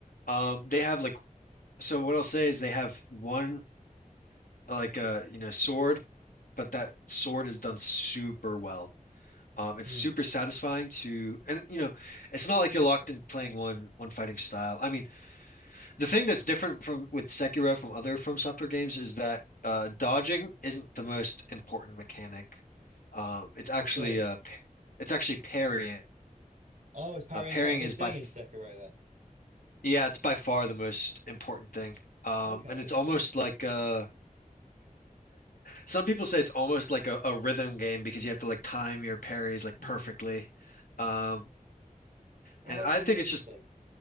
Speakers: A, on the left (about 75°); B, on the right (about 65°).
A: Um, they have like so what I'll say is they have one like uh you know sword but that sword is done super well. Um, it's
B: Hmm.
A: super satisfying to, and you know, it's not like you're locked in playing one one fighting style. I mean, the thing that's different from with Sekiro from other From Software games is that uh, dodging isn't the most important mechanic. Um, it's actually
B: I see.
A: uh, p- it's actually parrying.
B: Oh, is parrying
A: Uh, parrying
B: quite a big
A: is
B: thing
A: by, f
B: in Sekiro then?
A: yeah, it's by far the most important thing. Um,
B: Okay.
A: and it's almost like uh Some people say it's almost like a, a rhythm game because you have to like time your parries like
B: Mm.
A: perfectly. Um,
B: Well,
A: and
B: that's
A: I
B: really
A: think
B: interesting.
A: it's just,